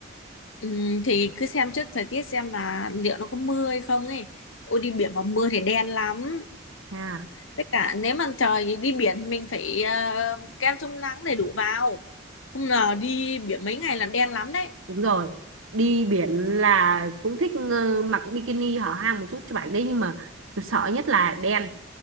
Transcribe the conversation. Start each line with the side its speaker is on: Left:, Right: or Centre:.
Left: Ừm, thì cứ xem trước thời tiết xem là liệu nó có mưa hay không ấy ôi đi biển mà mưa thì đen lắm
Right: À
Left: tất cả nếu mà trời đi biển thì mình phải ờ, kem chống nắng đầy đủ vào không ngờ đi biển mấy ngày là đen lắm đấy
Right: Đúng rồi. Đi biển là cũng thích ờ, mặc bikini hở hang một chút cho bạn đấy nhưng mà tôi sợ nhất là đen